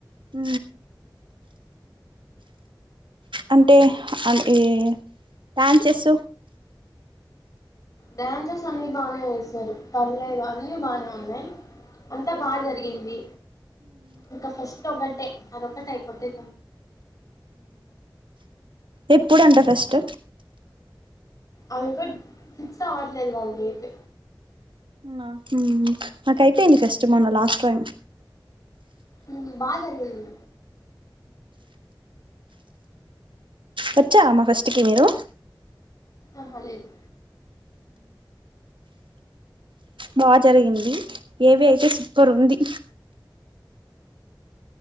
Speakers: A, on the right; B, on the left.
A: ఊ అంటే అన్ ఇ డాన్సెస్
B: డాన్సర్స్ అన్ని బానే వేసారు పర్లేదు అన్ని బాగనే ఉన్నాయి అంతా బాగ జరిగింది ఇంకా ఫస్ట్ ఒకటే అదొకటి అయిపోతే
A: ఎప్పుడంట ఫెస్ట్
B: అన్ గుడ్ ఫిక్స్ అవ్వట్లేదు వాళ్ళు డేట్
A: అవునా మాకు అయిపోయింది ఫెస్ట్ మొన్న లాస్ట్ టైం
B: ఉ బాగ జరిగింది
A: వచ్చార మా ఫెస్ట్కి మీరు
B: అహ లేదు
A: బా జరిగింది ఏవి అయితే సూపర్ ఉంది